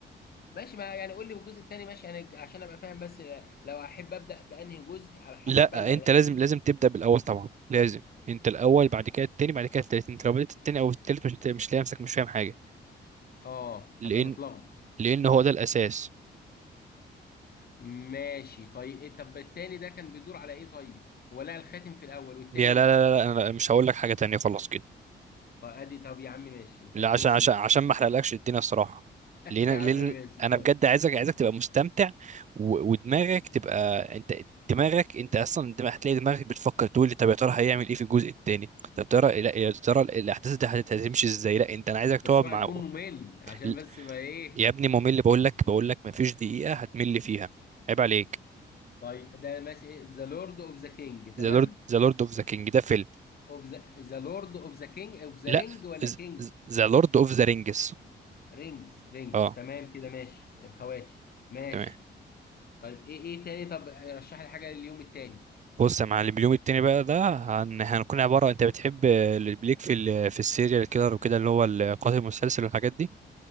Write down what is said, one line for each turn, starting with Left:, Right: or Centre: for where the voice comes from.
Left: ماشي ما يعني قول لي الجزء التاني ماشي انا عشان ابقى فاهم بس آه، لو احب ابدا بانهي جزء على حسب
Right: لا
Left: بقى اللي هلاقيه
Right: انت لازم لازم تبدا بالاول طبعا لازم انت الاول بعد كده التاني بعد كده التالت انت لو بدات التاني او التالت مش هت- مش لاقي نفسك مش فاهم حاجه
Left: اه هبقى
Right: لان
Left: متلخبط
Right: لان هو ده الاساس
Left: ماشي طيب إيه طب التاني ده كان بيدور على ايه طيب هو لقى الخاتم في الاول والتاني
Right: يا لا لا لا لا، انا مش هقول لك حاجه تانية خلاص كده
Left: طب ادي طب يا عم ماشي انت
Right: لا عشان
Left: بص
Right: عشان
Left: انت
Right: عشان
Left: <laughs>
Right: ما احرقلكش الدنيا الصراحه ليه
Left: يا عم
Right: ليه
Left: ماشي
Right: انا
Left: طيب
Right: بجد عايزك عايزك تبقى مستمتع و... ودماغك تبقى انت دماغك انت اصلا دماغ هتلاقي دماغك بتفكر تقول لي طب يا ترى هيعمل ايه في الجزء التاني طب ترى لا يا ترى الاحداث دي هت- هتمشي ازاي لا انت انا عايزك
Left: بس
Right: تقعد
Left: هو
Right: مع
Left: هيكون ممل عشان
Right: ال-
Left: بس ما ايه
Right: يا ابني ممل بقول لك بقول لك ما فيش دقيقه هتمل فيها عيب عليك
Left: طيب ده ماشي ذا لورد اوف ذا كينج تمام
Right: ذا لورد ذا لورد اوف ذا كينج ده فيلم
Left: اوف ذا ذا لورد اوف ذا كينج اوف ذا
Right: لا
Left: رينج ولا كينج
Right: ذا لورد اوف ذا رينجز
Left: رينجز رينجز
Right: اه
Left: تمام كده ماشي الخواتم ماشي
Right: تمام
Left: طيب ايه ايه تاني طب رشح لي حاجه لليوم التاني
Right: بص يا معلم اليوم التاني بقى ده هن... هنكون عبارة انت بتحب ال- ليك في ال... في السيريال كيلر وكده اللي هو القاتل المتسلسل والحاجات دي